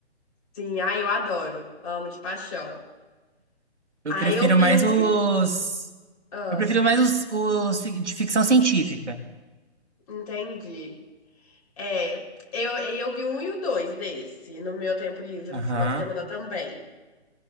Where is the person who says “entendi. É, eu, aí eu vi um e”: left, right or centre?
Left